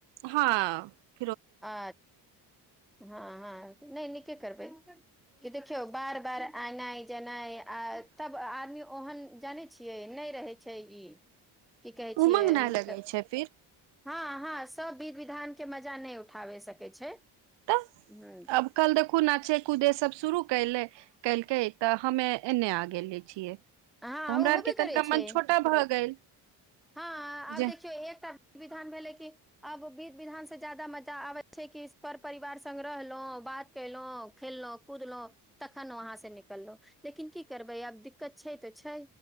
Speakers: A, on the right; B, in the centre.
A: हँ। ह।
B: अ हँ हँ नहि नीके करबै। कि देखियौ बार बार एनाइ जेनाइ आ तब आदमी ओहन जानै छियै नहि रहै छै ई। की कहै छियै
A: उमंग नहि लगै
B: त
A: छै फिर
B: हँ हँ। सब विध विधान के मजा न नहि उठ उठाबे सकै छै।
A: तऽ
B: ह
A: अब कल देखू नाचे कूदे सब शुरू कले कलकै तऽ हमे एने आ गेले छियै। तऽ
B: हँ
A: हमरा
B: ओ होबे
A: आरके
B: करै
A: तनिका
B: छै
A: मन छोटा भऽ गेल।
B: हँ आब
A: जे
B: देखियौ एकटा वि विधान भेलै कि अब वि विधान से ज्यादा मजा आबै छै कि पर परिवार सग रहलहुँ बात केलहुं खेललहुँ कूदलहुं तखन वहां से निकललहु लेकिन की करबै आब दिक्कत छै तऽ छै।